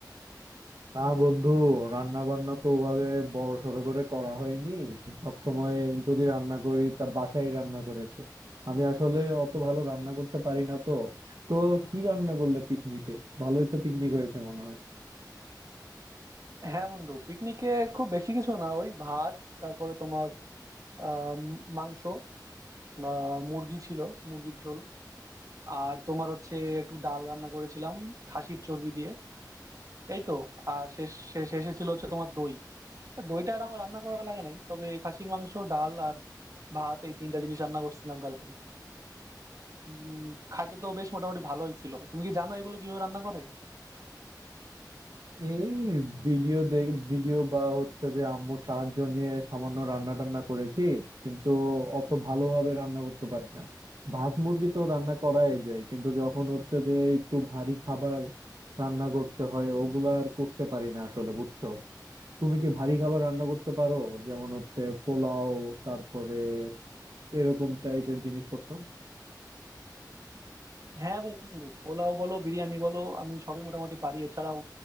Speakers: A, on the right; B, on the right.
A: না বন্ধু রান্না বান্না তো ওভাবে বড় সড়ো করে করা হয়নি সব সময় যদি রান্না করি তা বাসায় রান্না করেছি আমি আসলে অত ভালো রান্না করতে পারি না তো তো কি রান্না করলে পিকনিকে ভালোই তো পিকনিক হয়েছে মনে হয়
B: হ্যাঁ বন্ধু, পিকনিকে খুব বেশি কিছু না, ওই ভাত, আহ মাংস আহ মুরগি ছিল মুরগির ঝোল আর তোমার হচ্ছে একটু ডাল রান্না করেছিলাম খাসির চর্বি দিয়ে এই তো আর শেষ শেষ শেষে ছিল হচ্ছে তোমার দই দইটা আর আমার রান্না করা লাগে নাই তবে খাসির মাংস ডাল আর ভাত এই তিনটা জিনিস রান্না করছিলাম কালকে উম, খাইতে তো বেশ মোটামুটি ভালোই ছিল তুমি কি জানো এগুলো কিভাবে রান্না করে
A: এই ভিডিও দেখ ভিডিও বা হচ্ছে যে আম্মুর সাহায্য নিয়ে সামান্য রান্না টান্না করেছি কিন্তু অত ভালোভাবে রান্না করতে পারি না ভাত মুরগি তো রান্না করাই যায় কিন্তু যখন হচ্ছে যে একটু ভারী খাবার রান্না করতে হয় ওগুলা আর করতে পারি না আসলে বুঝছো তুমি কি ভারী খাবার রান্না করতে পারো যেমন হচ্ছে পোলাও তারপরে এরকম টাইপের জিনিসপত্র
B: হ্যাঁ বন্ধু পোলাও বলো বিরিয়ানি বলো আমি সবই মোটামুটি পারি এছাড়াও